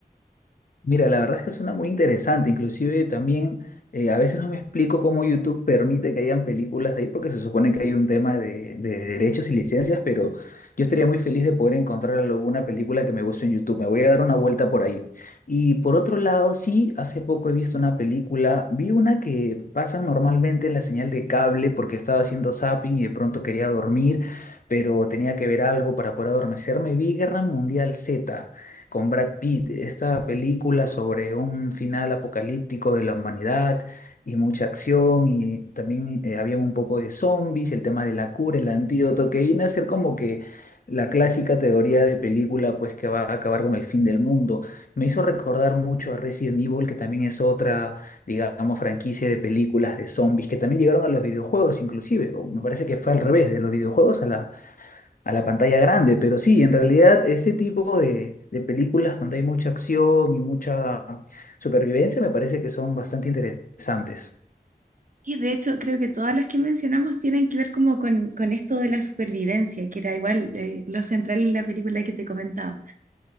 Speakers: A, on the left; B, on the right.
A: Mira, la verdad es que suena muy interesante. Inclusive también eh, a veces no me explico cómo YouTube permite que hayan películas ahí porque se supone que hay un tema de, de derechos y licencias, pero yo estaría muy feliz de poder encontrar alguna película que me guste en YouTube. Me voy a dar una vuelta por ahí. Y por otro lado, sí, hace poco he visto una película, vi una que pasan normalmente en la señal de cable porque estaba haciendo zapping y de pronto quería dormir, pero tenía que ver algo para poder adormecerme. Vi Guerra Mundial Z con Brad Pitt, esta película sobre un final apocalíptico de la humanidad y mucha acción y también eh, había un poco de zombies, el tema de la cura, el antídoto, que viene a ser como que la clásica teoría de película pues que va a acabar con el fin del mundo. Me hizo recordar mucho a Resident Evil, que también es otra, digamos, franquicia de películas de zombies, que también llegaron a los videojuegos inclusive, o me parece que fue al revés, de los videojuegos a la a la pantalla grande, pero sí, en realidad este tipo de, de películas donde hay mucha acción y mucha supervivencia me parece que son bastante interesantes.
B: Y de hecho creo que todas las que mencionamos tienen que ver como con, con esto de la supervivencia, que era igual eh, lo central en la película que te comentaba.